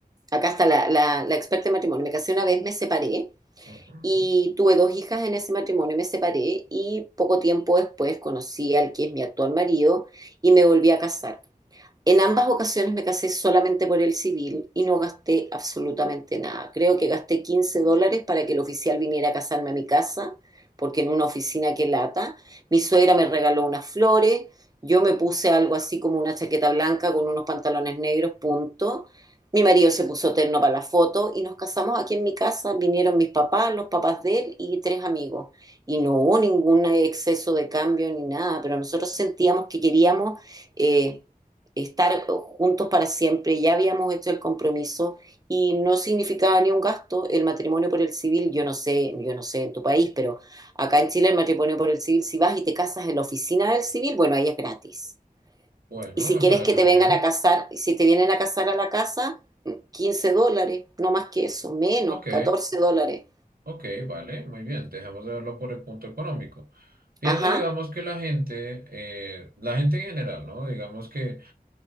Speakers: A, on the right; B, on the right.
A: acá está la, la, la experta en matrimonio, me casé una vez, me separé
B: Ujú.
A: y tuve dos hijas en ese matrimonio, me separé y poco tiempo después conocí al que es mi actual marido y me volví a casar. En ambas ocasiones me casé solamente por el civil y no gasté absolutamente nada. Creo que gasté 15 dólares para que el oficial viniera a casarme a mi casa, porque en una oficina que lata. Mi suegra me regaló unas flores, yo me puse algo así como una chaqueta blanca con unos pantalones negros, punto. Mi marido se puso terno para la foto y nos casamos aquí en mi casa. Vinieron mis papás, los papás de él y tres amigos. Y no hubo ningún exceso de cambio ni nada, pero nosotros sentíamos que queríamos... eh, estar juntos para siempre, ya habíamos hecho el compromiso y no significaba ni un gasto el matrimonio por el civil, yo no sé, yo no sé en tu país, pero acá en Chile el matrimonio por el civil, si vas y te casas en la oficina del civil, bueno, ahí es gratis.
B: Bueno,
A: Y si
B: me
A: quieres
B: parece
A: que te
B: muy
A: vengan
B: bien.
A: a casar, si te vienen a casar a la casa, 15 dólares, no más que eso, menos,
B: Ok,
A: catorce dólares.
B: ok, vale, muy bien. Dejemos de verlo por el punto económico. Pienso,
A: Ajá,
B: digamos, que la gente, eh, la gente en general, ¿no? Digamos que